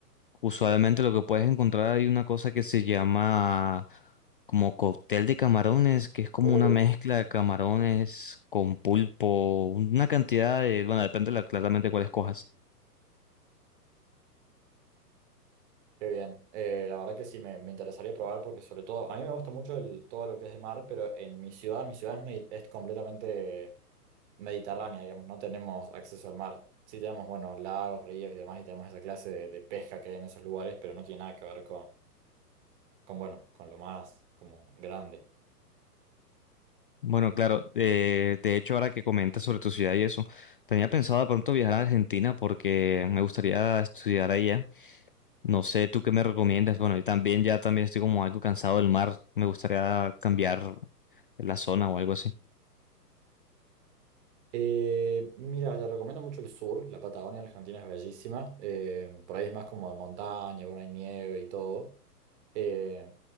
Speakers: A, on the left; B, on the right.
A: Usualmente lo que puedes encontrar hay una cosa que se llama como cóctel de camarones, que es como
B: Uh.
A: una mezcla de camarones con pulpo, una cantidad de, bueno, depende de la- claramente cuál escojas.
B: Qué bien. Eh, la verdad que sí, me, me interesaría probar porque sobre todo, a mí me gusta mucho el, todo lo que es de mar, pero en mi ciudad, mi ciudad es, medi- es completamente mediterránea, digamos, no tenemos acceso al mar. Sí tenemos, bueno, lagos, ríos y demás, y tenemos esa clase de, de pesca que hay en esos lugares, pero no tiene nada que ver con bueno, con lo más como grande.
A: Bueno, claro, eh, de hecho ahora que comentas sobre tu ciudad y eso, tenía pensado de pronto viajar a Argentina porque me gustaría estudiar allá. No sé, ¿tú qué me recomiendas? Bueno, yo también ya también estoy como algo cansado del mar, me gustaría cambiar la zona o algo así.
B: Eh, mira, te recomiendo mucho el sur, la Patagonia Argentina es bellísima, eh, por ahí es más como de montaña, bueno, hay nieve y todo, eh,